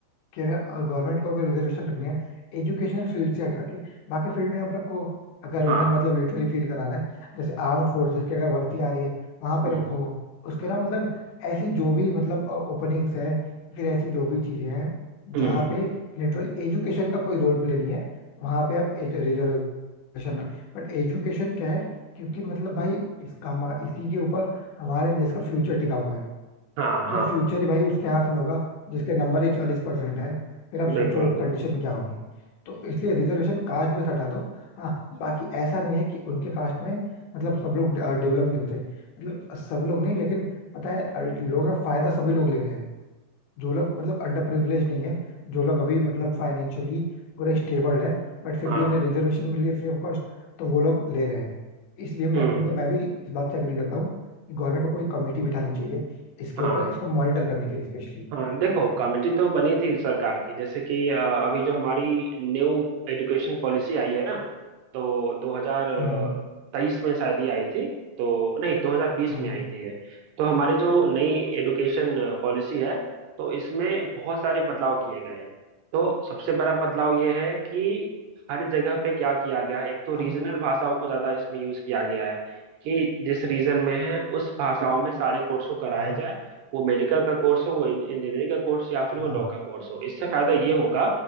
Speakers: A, on the left; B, on the right.
A: कि अगर गवर्नमेंट को अगर रिजर्वेशन रखनी है एजुकेशनल फील्ड से हटा के बाकी फील्ड में आप रखो अगर
B: हाँ
A: उन्हें मतलब लिटरली फील कराना है जैसे आर्म्ड फोर्सेस की अगर भर्ती आ रही है वहां पे
B: हम्म
A: रखो उसके ना मतलब ऐसी जो भी मतलब ओपनिंग्स है फिर ऐसी जो भी चीजें हैं
B: हम्म
A: जहाँ पे लिटरली एजुकेशन का कोई रोल प्ले नहीं है वहां पे आप रिजर्वेशन एजुकेशन बट एजुकेशन क्या है क्योंकि मतलब भाई इसका हमा- इसी के ऊपर हमारे देश का फ्यूचर टिका हुआ है
B: हाँ
A: भाई
B: हाँ
A: फ्यूचर ही भाई उसके हाथ में होगा जिसके नंबर ही चालीस परसेंट है फिर आप सोचो
B: बिल्कुल
A: कंडीशन क्या होगी तो इसलिए रिजर्वेशन कास्ट में से हटा दो हाँ बाकी ऐसा नहीं है कि उनके कास्ट में मतलब सब लोग डेवलप नहीं होते मतलब सब लोग नहीं लेकिन पता है अ, लोग ना फायदा सभी लोग ले रहे हैं जो लोग मतलब अंडर प्रिविलेज नहीं है जो लोग अभी मतलब फाइनेंशियली पूरे स्टेबल है बट फिर
B: हाँ
A: भी उन्हें रिजर्वेशन मिली है फ्री ऑफ कॉस्ट तो वो लोग ले रहे हैं इसलिए मैं
B: हम्म
A: तो, मतलब मैं भी इस बात से एग्री करता हूँ कि गवर्नमेंट को कोई कमेटी बिठानी चाहिए इसके
B: हाँ
A: ऊपर इसको मॉनिटर करने के लिए स्पेशली
B: हाँ देखो कमेटी तो बनी थी सरकार की जैसे कि अ, अभी जो हमारी न्यू एजुकेशन पॉलिसी आई है ना तो 2023
A: हम्म
B: में शायद ही आई थी तो नहीं 2020
A: हम्म
B: में आई थी है तो हमारी जो नई एजुकेशन पॉलिसी है तो इसमें बहुत सारे बदलाव किए गए हैं तो सबसे बड़ा बदलाव ये है कि हर जगह पे क्या किया गया है एक तो रीजनल
A: हाँ
B: भाषाओं को ज़्यादा इसमें यूज़ किया गया है कि जिस रीजन में है उस भाषाओं में सारे कोर्स को कराया
A: हाँ
B: जाए वो मेडिकल का कोर्स हो वो इंजीनियरिंग का कोर्स या फिर वो
A: हाँ
B: लॉ का कोर्स हो इससे फायदा ये होगा